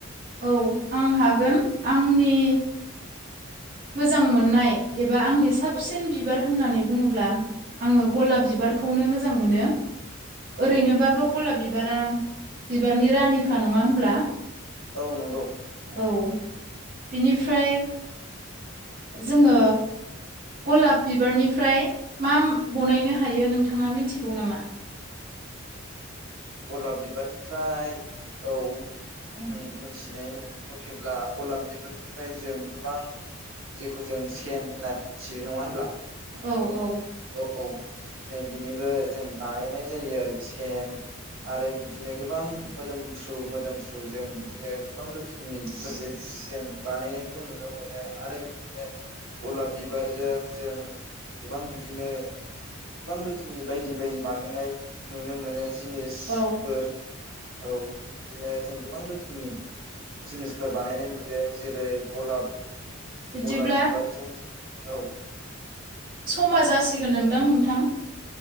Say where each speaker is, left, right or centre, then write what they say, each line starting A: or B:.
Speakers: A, on the right; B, on the right.
A: औ आं हागोन आंनि मोजां मोननाय बेफ एबा आंनि साबसिन
B: औ
A: बिबार होननानै बुङोब्ला आङो गलाब बिबारखौनो मोजां मोनो।
B: औ
A: ओरैनोबाबो गलाब बिबारा बिबारनि रानिखा नङा होमब्ला?
B: औ नंगौ।
A: औ बिनिफ्राय जोङो गलाब बिबारनिफ्राय माम बनायनो हायो नोंथाङा मिनथिगौ नामा?
B: गलाब बिबारनिफ्राय औ आं मोनथिनाय मथेब्ला गलाब बिबारनिफ्राय जों गोबां जेखौ जों सेन होननानै मिथियो नङा होनब्ला?
A: औ औ
B: औ नै बिनिबो जों बानायनाय जायो आरो सेन आरो बिदिनो गोबां मोदोमफ्रु मोदोमफ्रु जों बिदिनो गोबां रोखोमनि बेफोरबायदि जों बानायनायखौ नुनो मोनो आरो बिदिनो गलाब बिबारजों जों गोबां बि दिनो गोबां रोखोमनि बायदि बायदि बानायनाय नुनो मोनो। जिनिसफोर
A: औ
B: औ बिदिनो जों गोबां रोखोमनि जिनिसफोर बानायनाय नुदों। जेरै गलाब
A: बिदिब्ला
B: गलाब बिबारजों औ
A: समा जासिगोन नोंदां नोंथां